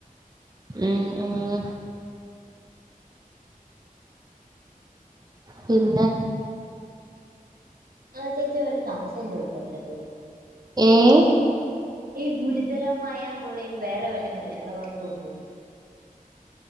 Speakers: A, on the right; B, on the right.
A: ഉം ഉം പിന്നെ
B: ആഹ് ചേച്ചി ഒരു സംശയം ചോദിച്ചോട്ടടെയ്
A: ഏഹ്
B: ഈ ഗുരുതരമായന്നുള്ളതിന് വേറെ വല്ല മലയാള വാക്കും ഉണ്ടോ